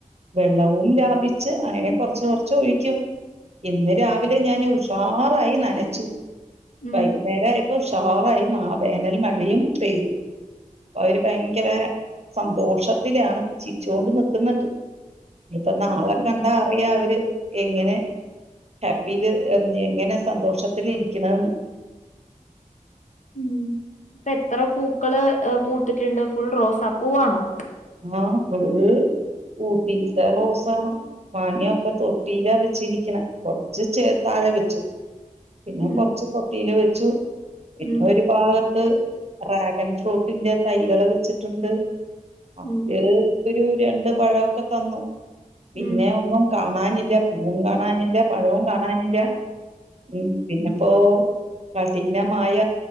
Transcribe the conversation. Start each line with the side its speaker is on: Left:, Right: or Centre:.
Right: വെള്ളവും ലാപിച്ച് അങ്ങനെ കൊറച്ച് കൊറച്ച് ചോഴിക്കും ഇന്ന് രാവിലെ ഞാൻ ഉഷാറായി നനച്ചു
Left: ഉം
Right: വൈകുന്നേരാപ്പൊ ഉഷാറാ മാവേനൽ മഴയും പെയ്തു അവര് ഭയങ്കര സന്തോഷത്തിലാണ് ചിരിച്ചുകൊണ്ട് നക്കുന്നുണ്ട് ഇപ്പൊ നാളെ
Left: ഉം
Right: കണ്ട അറിയ അവര് എങ്ങനെ ഹാപ്പിയില് എങ്ങനെ സന്തോഷത്തിൽ ഇരിക്കണന്ന്
Left: ഉം ഇപ്പ എത്ര പൂക്കള് പു ത്തിട്ടുണ്ട് ഫുൾ റോസാ പൂവാണോ
Right: ആ ഫുൾ ഊട്ടിസെ റോസാണ് മാങ്ങയൊക്കെ തൊട്ടിയിലാ വെച്ചിരിക്കണെ കൊറച്ച് ചേ ത്താഴെ വെച്ചു പിന്നെ
Left: ഉം
Right: കൊറച്ച് തൊട്ടിയില് വെച്ചു പിന്നെ
Left: ഉം
Right: ഒരു ഭാഗത്ത് ഡ്രാഗൺ ഫ്രൂട്ടിന്റെ തൈകള് വെച്ചിട്ടുണ്ട് <unintelligible>
Left: ഉം
Right: ഒരു രണ്ട് പഴവക്കെ തന്നു പിന്നെ
Left: ഉം
Right: ഒന്നും ക കാണാനില്ല പൂവും കാണാനില്ല പഴവും കാണാനില്ല ഉം പിന്ന പ്പോ കഠിനമായ